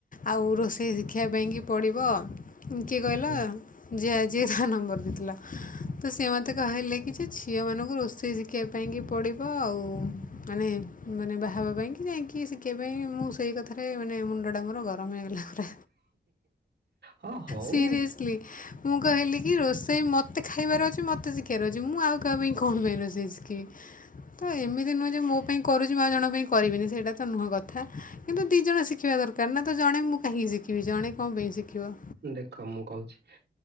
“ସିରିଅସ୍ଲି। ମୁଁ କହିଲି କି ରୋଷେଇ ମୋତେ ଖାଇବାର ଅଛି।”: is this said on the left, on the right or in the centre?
Left